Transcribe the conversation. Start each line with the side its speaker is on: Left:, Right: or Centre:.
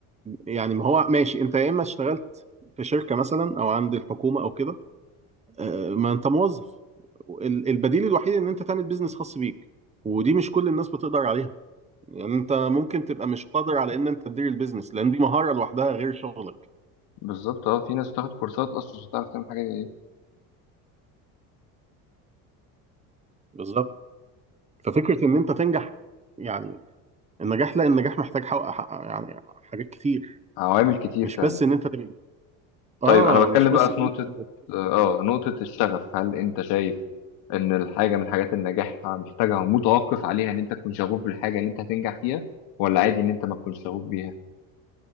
Right: يعني ما هو ماشي انت يا اما اشتغلت في شركه مثلا او عند الحكومه او كده آه، ما انت موظف ال- البديل الوحيد ان انت تعمل بيزنس خاص بيك ودي مش كل الناس بتقدر عليها يعني انت ممكن تبقى مش قادر على ان انت تدير البيزنس لان دي مهارة لوحدها غير شغلك
Left: بالظبط اه في ناس بتاخد كورسات اصلا مش بتعرف تعمل حاجه
Right: بالظبط ففكرة ان انت تنجح يعني النجاح لا النجاح محتاج حق حق- يعني حاجات كتير
Left: عوامل كتير
Right: مش
Left: فعلا
Right: بس ان انت تبقى اه
Left: طيب انا بتكلم
Right: مش بس
Left: بقى في
Right: ان
Left: نقطة
Right: انت تبقى.
Left: اه نقطة الشغف هل انت شايف ان الحاجة من حاجات النجاح محتاجة متوقف عليها ان انت تكون شغوف بالحاجة اللي انت هتنجح فيها ولا عادي ان انت ما تكونش شغوف بيها